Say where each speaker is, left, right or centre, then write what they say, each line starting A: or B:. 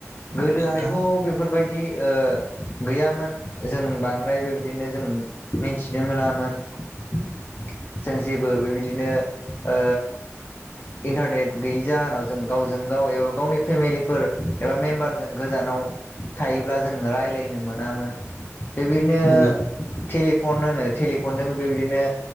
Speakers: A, on the left (about 40°); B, on the right (about 55°).
A: गोदोहायथ'
B: नंगौ नोंथां
A: बेफोरबायदि बिदि ओ गैयामोन जों बांद्राय बेबायदिनो जों मिथिनो मोनामोन जों जेबो बेबायदिनो ओ इन्टारनेट गैयि जाहोनाव जों गावजों गाव एबा गावनि फेमिलिफोर एबा मेम्बारजों गोजानाव थायोब्ला जों रायजलायनो मोनामोन बेबायदिनो
B: नंगौ
A: टेलिफन होनो टेलिफनजों बेबायदिनो